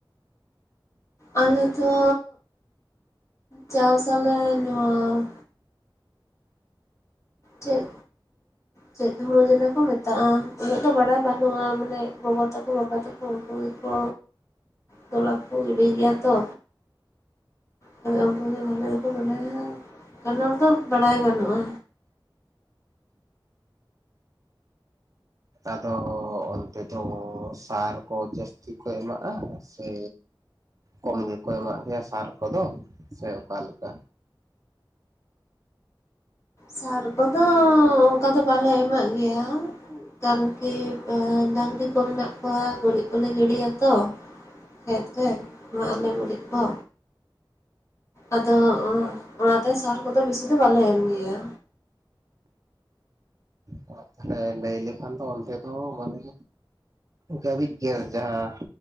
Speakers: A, on the left; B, on the right.
A: ᱟᱞᱮ ᱫᱚ ᱪᱟᱥ ᱟᱞᱮ ᱱᱚᱣᱟ ᱪᱮᱫ ᱪᱮᱫ ᱦᱩᱲᱩ ᱡᱮᱱᱚ ᱠᱚ ᱢᱮᱛᱟᱜᱼᱟ ᱩᱱᱟᱹᱜ ᱫᱚ ᱵᱟᱲᱟᱭ ᱵᱟᱹᱱᱩᱜᱼᱟ ᱢᱟᱱᱮ ᱜᱚᱜᱚ ᱛᱟᱠᱚ ᱵᱟᱵᱟ ᱛᱟᱠᱚ ᱩᱱᱠᱩ ᱜᱮᱠᱚ ᱛᱚᱞᱟ ᱠᱚ ᱜᱤᱰᱤ ᱜᱮᱭᱟ ᱛᱚ᱾ ᱛᱟᱦᱚᱞᱮ ᱩᱱᱠᱩ ᱜᱮ ᱵᱷᱟᱞᱮ ᱫᱚᱠᱚ ᱵᱟᱰᱟᱭᱟ <unintelligible> ᱫᱚ ᱵᱟᱰᱟᱭ ᱵᱟᱹᱱᱩᱜᱼᱟ᱾
B: ᱟᱫᱚ ᱚᱱᱛᱮ ᱫᱚ ᱥᱟᱨ ᱠᱚ ᱡᱟᱹᱥᱛᱤ ᱠᱚ ᱮᱢᱟᱜᱼᱟ ᱥᱮ ᱠᱚᱢ ᱜᱮᱠᱚ ᱮᱢᱟᱜ ᱠᱚᱣᱟ ᱥᱟᱨ ᱠᱚᱫᱚ ᱥᱮ ᱚᱠᱟ ᱞᱮᱠᱟ?
A: ᱥᱟᱨ ᱠᱚᱫᱚ ᱚᱱᱠᱟ ᱫᱚ ᱵᱟᱞᱮ ᱮᱢᱟᱜ ᱜᱮᱭᱟ ᱠᱟᱨᱠᱤ ᱰᱟᱝᱜᱨᱤ ᱠᱚ ᱢᱮᱱᱟᱜ ᱠᱚᱣᱟ ᱜᱩᱨᱤᱡ ᱠᱚᱞᱮ ᱜᱤᱰᱤᱭᱟ ᱛᱚ ᱠᱷᱮᱛ ᱨᱮ ᱮᱢᱟᱜ ᱟᱞᱮ ᱜᱩᱨᱤᱡ ᱠᱚ᱾ ᱟᱫᱚ ᱚᱱᱟᱛᱮ ᱥᱟᱨ ᱠᱚᱫᱚ ᱵᱤᱥᱤ ᱫᱚ ᱵᱟᱞᱮ ᱮᱢ ᱜᱮᱭᱟ᱾
B: ᱟᱨ ᱞᱟᱹᱭ ᱞᱮᱠᱷᱟᱱ ᱫᱚ ᱚᱱᱛᱮ ᱫᱚ <unintelligible> ᱵᱟᱝᱜᱮ᱾ ᱜᱟᱹᱵᱤᱡ ᱜᱮ ᱡᱟᱦᱟᱸ